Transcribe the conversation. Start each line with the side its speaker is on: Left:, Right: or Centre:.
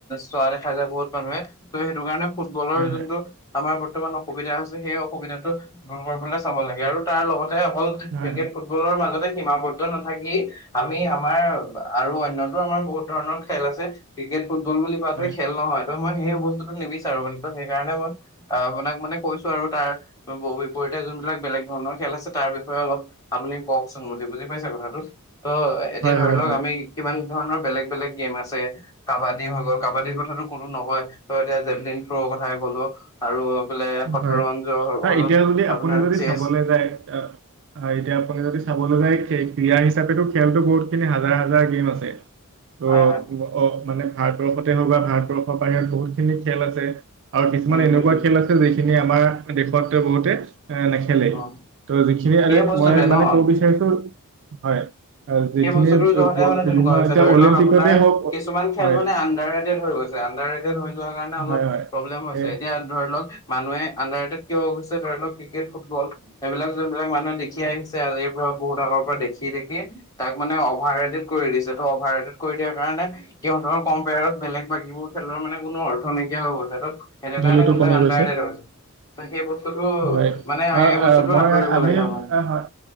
Left: চোৱা দে খাই যায় বহুত মানুহে ত' সেইটো কাৰণে ফুটবলৰ
Right: হয়
Left: যোনটো
Right: হয় হয়
Left: আমাৰ কিমান অসুবিধা হৈছে সেই অসুবিধাটো দূৰ কৰিবলে চাব লাগে আৰু তাৰ লগতে হল
Right: হয়
Left: ক্ৰিকেট ফুটবলৰ মাজতে সীমাবদ্ধ নাথাকি আমি আমাৰ আৰু অনয়তো আমাৰ বহুত ধৰণৰ খেল আছে ক্ৰিকেট। ফুটবল বুলি কোৱাতে
Right: হয়
Left: খেল
Right: হয়
Left: নহয় ত মই সেই বস্তুটো নিবিচাৰো বুলি ত সেই কাৰণে মই আপোনাক মানে কৈছো। আৰু তাৰ বিপৰীতে যোনবিলাক বেলেগ ধৰণৰ খেল আছে তাৰ বিষয়ে অলপ। আপুনি কওকচোন বুলি বুজি পাইছে কথাটো ত এতিয়া ধৰি
Right: হয়
Left: লওক
Right: হয়
Left: আমি কিমান। ধৰণৰ বেলেগ বেলেগ গেম আছে কাবাডী হৈ গ'ল কাবাডীৰ কথাটো কোনো নহয় এতিয়া জেভলিন থ্ৰ কথাই ক'লো আৰু এইফালে শতৰঞ্জ
Right: হয়
Left: হ'ল
Right: এতিয়া যদি
Left: আপোনাৰ
Right: আপুনি যদি
Left: চেচ
Right: চাবলৈ যায়। হয় এতিয়া আপুনি যদি চাবলৈ যায় ক্ৰীড়া হিচাপে খেলতো বহুত খিনি হাজাৰ হাজাৰ গেম আছে। ত
Left: হয় হয়
Right: অঁ মানে ভাৰতবৰ্ষতে হওঁক বা ভাৰতবৰ্ষৰ বাহিৰত বহুত খিনি খেল আছে। আৰু কিছুমান
Left: উম
Right: এনেকুৱা
Left: উম উম
Right: খেল আছে। যিখিনি আমাৰ দেশত বহুতে এ নেখেলে
Left: অ
Right: ত' যিখিনি
Left: সেই
Right: আৰু
Left: বস্তুটোৱে
Right: মই মানে
Left: ন
Right: ক'ব বিচাৰিছো হয়। আহ, যিখিনি
Left: সেই বস্তুতটো
Right: ব-
Left: যহতে
Right: ব-
Left: মানে তেনেকুৱা
Right: বিভিন্ন
Left: হৈছে
Right: এতিয়া
Left: ধৰি
Right: অলিম্পিকতে
Left: লওক আপোনাৰ
Right: হওক
Left: কিছুমান খেল
Right: হয়
Left: মানে আডাৰ গ'ল। আডাৰ ৰেড হৈ যোৱাৰ কাৰণে অলপ
Right: হয় হয়
Left: প্ৰব্লেম হৈছে
Right: এই
Left: এতিয়া ধৰি লওঁ‌ক। মানুহে আণ্ডাৰট কিয়ৈছে ধৰি লওক। ক্ৰিকেট ফুটবল এইবিলাক যোনবিলাক মানুহে দেখি আহিছে। আজিৰ পৰা বহুত আগৰ পৰা দেখি দেখি তাইক মানে অভাৰ ৰেডেড কৰি দিছে ত অভাৰ ৰেডড দিয়াৰ কাৰণে সিহঁতৰ কম্পেয়াৰত বেলেগ বাকীবোৰ খেল মানে কোন অৰ্থ নাইকিয়া হৈ গল সেকাৰণে
Right: ভেলুটো কমি গৈছে
Left: আঁ সেই বস্ত টো
Right: হয়
Left: মানে
Right: আ,
Left: এই বছটো
Right: আ, মই
Left: আঁতৰিব
Right: আমি
Left: লাগে আমাৰ।
Right: আ, হয়,